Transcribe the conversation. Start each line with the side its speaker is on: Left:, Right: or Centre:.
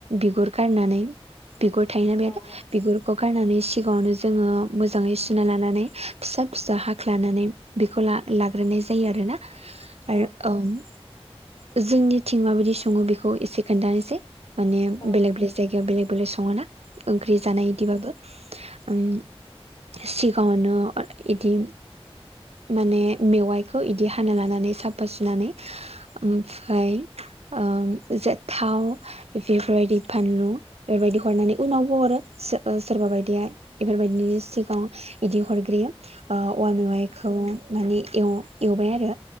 Right: बिगुर गारनानै बिगुर थायोना
Left: उम
Right: बेहाबो बिगुरखौ गारनानै सिगाङावनो जोंङो मोजांङै सुना लानानै फिसा फिसा हाख्लानानै बेखौ ला लाग्रोनाय जायो आरोना
Left: औ औ
Right: आरो ओ जोंनिथिं माबायदि संङो बेखौ एसे खोन्थानोसै माने
Left: औ
Right: बेलेग बेलेग जायगायाव बेलेग बेलेग संङो ना ओंख्रि जानाय इदिबाबो उम सिगाङावनो इदि माने मेवाइखौ इदि हाना लानानै साफा सुनानै ओमफ्राय ओ इजा थाव बेफोरबायदि फानलु बेफोरबायदि हरनानै उनावबो हरो सोरबा बायदिया इफोरबायदिनि सिगाङाव इदि हरग्रोयो ओ औवान मेवाइखौ माने एव एवबाय आरो